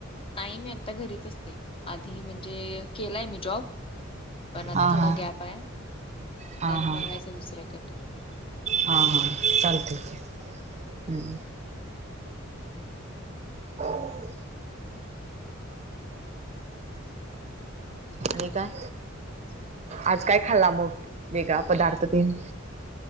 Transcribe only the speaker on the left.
नाही मी आता घरीच असते. आधी म्हणजे केलाय मी जॉब पण आता
थोडा
गॅप आहे. मग आता
आणि
बघायचं दुसऱ्याकट काहीतरी
हम्म
अजून काही नाही
बघा